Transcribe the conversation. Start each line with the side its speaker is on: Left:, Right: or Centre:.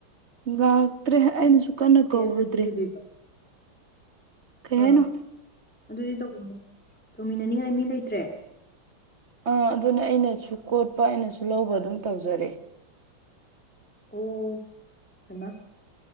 Right: ꯂꯥꯛꯇ꯭ꯔꯦ ꯑꯩꯅꯁꯨ ꯀꯟꯅ
Centre: ꯑꯦ
Right: ꯀꯧꯔꯨꯗ꯭ꯔꯦ꯫
Centre: ꯑꯗꯨ ꯀꯩꯗꯣꯏꯕ
Right: ꯀꯩ
Centre: ꯑꯥ
Right: ꯍꯥꯏꯅꯣ
Centre: ꯑꯗꯨꯗꯤ ꯇꯧꯕ ꯇꯧꯃꯤꯟꯅꯅꯤꯡꯉꯥꯏ ꯃꯤ ꯂꯩꯇ꯭ꯔꯦ
Right: ꯑꯥ ꯑꯗꯨꯅ ꯑꯩꯅꯁꯨ ꯀꯣꯠꯄ ꯑꯩꯅꯁꯨ ꯂꯧꯕ ꯑꯗꯨꯝ ꯇꯧꯖꯔꯦ
Centre: ꯑꯣ ꯍꯥꯏꯃ